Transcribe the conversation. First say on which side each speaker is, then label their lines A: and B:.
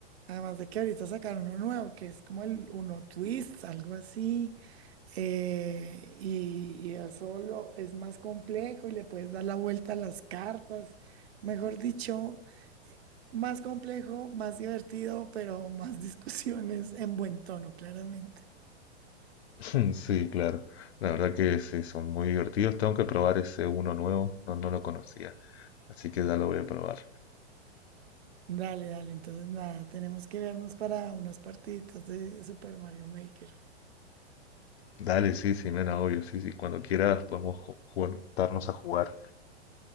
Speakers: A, on the right; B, on the left.
A: Además de que ahorita sacaron uno nuevo, que es como el Uno Twist, algo así. eh, y, y eso lo- es más complejo y le puedes dar la vuelta a las cartas. Mejor dicho, eh, más complejo, más divertido, pero más <laughs> discusiones en buen tono, claramente.
B: <laughs> Sí, claro. La verdad que sí, son muy divertidos. Tengo que probar ese uno nuevo, no, no lo conocía. Así que ya lo voy a probar.
A: Dale, dale. Entonces, nada, tenemos que vernos para unas partiditas de Super Mario Maker.
B: Dale, sí, sí, nena, obvio, sí, sí. Cuando quieras podemos ju- juntarnos a jugar.